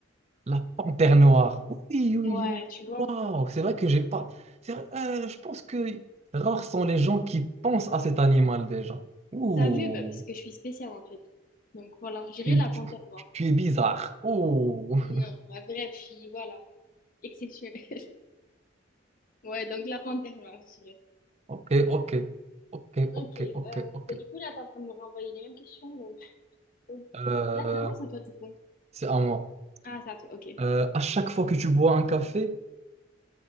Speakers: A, on the right (about 35°); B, on the left (about 45°).
A: La panthère noire. Oui, oui,
B: Ouais,
A: oui.
B: tu vois.
A: Waouh, c'est vrai que j'ai pas. c'est vrai, euh, je pense que rares sont les gens qui pensent à cet animal déjà. Ouh,
B: T'as vu, bah, parce que je suis spéciale en fait. Donc voilà, j'irai
A: tu,
B: la
A: tu-
B: panthère noire.
A: tu es bizarre. Ouh. <laughs>
B: Non, ma vraie fille, voilà. Exceptionnelle. <laughs> Ouais, donc la panthère noire, je dirais.
A: Ok, ok, ok,
B: Ok,
A: ok,
B: euh,
A: ok, ok.
B: bah, du coup, là, t'es en train de me renvoyer les mêmes questions, donc, ok.
A: Euh,
B: Là, c'est à moi, c'est à toi, du coup.
A: c'est à moi.
B: Ah, c'est à toi, ok.
A: Euh, à chaque fois que tu bois un café,